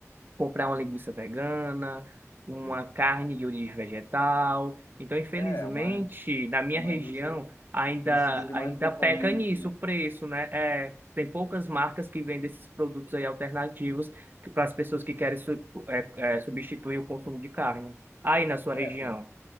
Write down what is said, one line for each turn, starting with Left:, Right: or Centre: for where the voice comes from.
Right: comprar uma linguiça vegana, uma
Left: Uhum.
Right: carne de origem vegetal. Então, infelizmente,
Left: É, é uma,
Right: na minha
Left: é uma
Right: região
Left: indústria que
Right: ainda
Left: precisa de
Right: ainda
Left: mais concorrente,
Right: peca nisso
Left: né?
Right: o preço, né? É, tem poucas marcas que vendem esses produtos aí alternativos para as pessoas que querem su- é, é, substituir o consumo de carne. Aí na sua
Left: É,
Right: região?
Left: tem,